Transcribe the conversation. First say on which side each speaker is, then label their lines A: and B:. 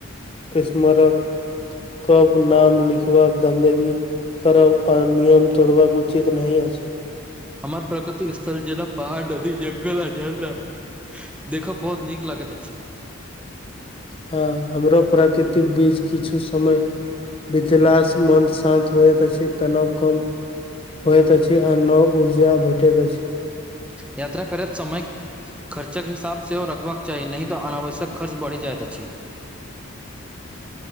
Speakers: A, on the left; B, in the centre.
A: स्मारक कप नाम लिखबाक गन्दगी करब आ नियम तोड़बाक उचित नहि अछि।
B: हमर प्रकृतिक स्थल जेना पहाड़ नदी जंगल आ झरना देखब बहुत नीक लागैत अछि।
A: हँ हमरो प्राकृतिक बीज किछु समय बितेलास मन शान्त होयत अछि तनाव कम होयत अछि आ नव ऊर्जा भेटैत अछि।
B: यात्रा करैत समय खर्चक हिसाब सेहो रखबाक चाही नहि तऽ अनावश्यक खर्च बढ़ि जाइत अछि।